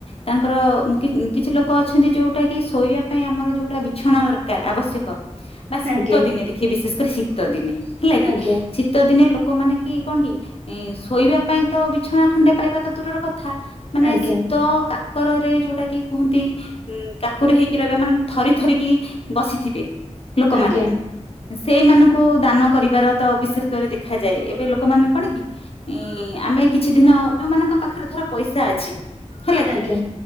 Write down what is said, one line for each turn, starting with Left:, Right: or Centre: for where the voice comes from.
Left: ତାଙ୍କର ଉମ୍ କି ଉମ୍ କିଛି ଲୋକ ଅଛନ୍ତି ଯୋଉଟା କି ଶୋଇବା ପାଇଁ ଆମର ଯୋଉଟା ବି ଛଣା ଦରକାର ଆବଶ୍ୟକ ବା ଶୀତ
Right: ଆଜ୍ଞା
Left: ଦିନେ ଦେଖିବେ ବିଶେଷ କରି ଶୀତ ଦିନେ ହେଲା କି
Right: ଆଜ୍ଞା
Left: ଶୀ ତ ଦିନେ ଲୋକମାନେ କି କଣ କି ଇଁ ଶୋଇବା ପାଇଁ ତ ବିଛଣା ଖଣ୍ଡେ ପାଇବା ତ ଦୂରର କଥା ମାନେ
Right: ଆଜ୍ଞା
Left: ଶୀତ କାକରରେ ଯୋଉଟା କି କୁହନ୍ତି ଉଁ କାକୁରି ହେଇକି ରହିବା ମାନେ ଥରି ଥରିକି ବସିଥିବେ ଲୋକମାନେ
Right: ଆଜ୍ଞା
Left: ସେଇମାନଙ୍କ କୁ ଦାନ କରିବାର ତ ବିଶେଷ କରି ଦେଖାଯାଏ ଏବେ ଲୋକମାନେ କଣ କି ଇଁ ଆମେ କିଛି ଦିନ ଯୋଉମାନଙ୍କ ପାଖରେ ଧର ପଇସା ଅଛି ହେଲା
Right: ଆଜ୍ଞା
Left: କି